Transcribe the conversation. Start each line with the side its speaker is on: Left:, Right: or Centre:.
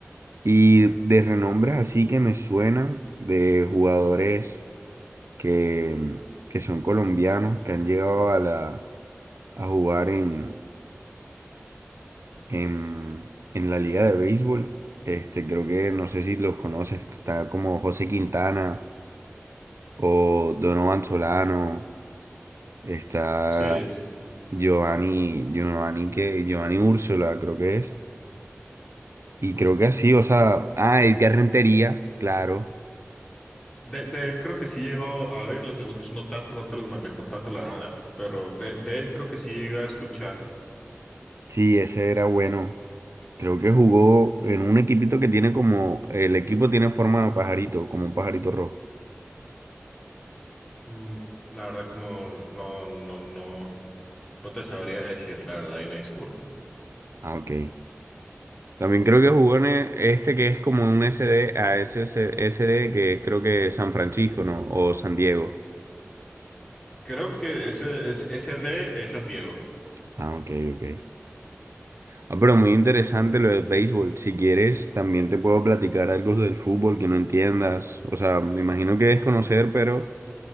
Right: Y de renombres así que me suenan de jugadores que, mm, que son colombianos, que han llegado a la, a jugar en, en, en la liga de béisbol. Este, creo que no sé si los conoces, está como José Quintana o Donovan Solano, está
Left: Sí, es-
Right: Giovanni, Giovanni, que Giovanni Úrsula, creo que es. Y creo que así, o sea, ah, Edgar Rentería, claro.
Left: de, de él creo que sí he llegado a oír, los del otros no tanto, no te los manejo tanto la gana, pero de, de él creo que sí llega a escuchar.
Right: Sí, ese era bueno. Creo que jugó en un equipito que tiene como, el equipo tiene forma de pajarito, como un pajarito rojo.
Left: Mm, la verdad que no, no, no, no, no te sabría decir, la verdad, y una disculpa.
Right: Ah, ok. También creo que jugó en e- este que es como un S D a S S S D que es creo que San Francisco, ¿no? O San Diego.
Left: Creo que ese, es, ese D es San Diego.
Right: Ah, ok, ok. Ah, pero muy interesante lo del béisbol. Si quieres, también te puedo platicar algo del fútbol que no entiendas. O sea, me imagino que debes conocer, pero